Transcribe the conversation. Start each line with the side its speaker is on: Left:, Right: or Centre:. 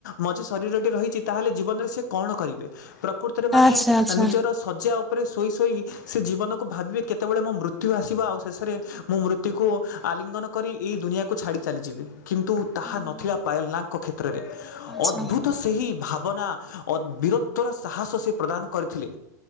Left: ମଝି ଶରୀରଟି ରହିଛି ତାହେଲେ ଜୀବନରେ ସେ କଣ କରିବେ ପ୍ର କୃତରେ ମାନେ
Centre: ଆଚ୍ଛା ଆଚ୍ଛା
Left: ନିଜର ଶଯ୍ୟା ଉପରେ ଶୋଇ ଶୋ ଇ ସେ ଜୀବନ କୁ ଭାବିବେ କେତେବେଳେ ମୋ ମୃତ୍ୟୁ ଆସିବ ଆଉ ଶେଷ ରେ ମୁଁ ମୃତ୍ୟୁ କୁ ଆଲିଙ୍ଗନ କ କରି ଏକ ଦୁନିଆକୁ ଛାଡ଼ି ଚାଲିଯିବେ କି ନ୍ତୁ
Centre: ହଁ।
Left: ତାହା ନଥିଲା ପାୟଲ ନାଗ ଙ୍କ କ୍ଷେତ୍ରରେ
Centre: ଆଚ୍ଛା
Left: ଅଦ୍ଭୁତ
Centre: ଆଚ୍ଛା।
Left: ସେହି ଭା ବନା ଅ ବୀରତ୍ୱ ର ସାହସ ସେ ପ୍ରଦାନ କରିଥିଲେ